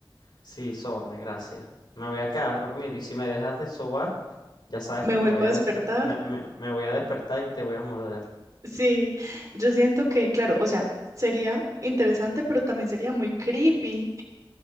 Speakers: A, on the left (about 60°); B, on the right (about 40°).
A: Sí, sóbame, gracias. Me voy a quedar dormido y si me dejas de sobar, ya sabes
B: me
A: que me
B: vuelvo
A: voy
B: a
A: a
B: despertar.
A: desper- me, me- me voy a despertar y te voy a morder.
B: Sí, yo siento que, claro, o sea, sería interesante, pero también sería muy creepy,